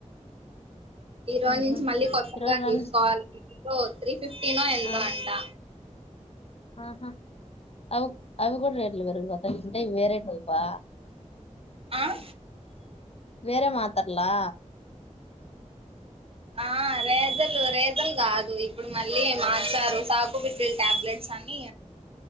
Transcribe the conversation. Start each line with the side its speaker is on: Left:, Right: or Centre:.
Right: ఈ రోజు
Left: ఉహు
Right: నుంచి మళ్ళీ కొత్తగా
Left: ఇరవై రంజ్
Right: తీసుకోవాలి ఓ త్రీ ఫిఫటీనో ఎంత
Left: ఆ
Right: అంటా
Left: ఆహా అ అవి కూడా రేట్ల వరుత వేర పా
Right: ఆహ
Left: వేరే మాత్రర్లా
Right: ఆ రేజలు రేజ జం కాదు ఇప్పుడు మళ్ళీ మార్చారు సాకుబిట్టిలు టాబ్లెట్స్ అని